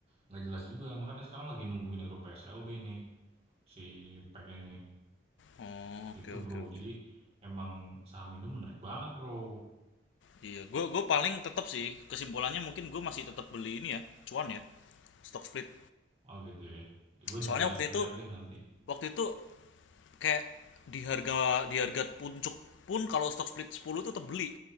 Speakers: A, on the right (about 30°); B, on the left (about 75°).
A: Nggak jelas juga. Makanya sekarang lagi nungguin Euro PSLB nih. Si pack ini.
B: Oh, oke
A: Gitu
B: oke
A: bro.
B: oke.
A: Jadi emang saham Indo menarik banget bro.
B: Iya, gue gue paling tetap sih kesimpulannya mungkin gue masih tetap beli ini ya, cuan ya, stock split.
A: Oh gitu ya. gue
B: Soalnya
A: juga
B: waktu itu
A: lihat deh nanti.
B: waktu itu kayak di harga di harga puncak pun kalau stock split 10 tuh tetap beli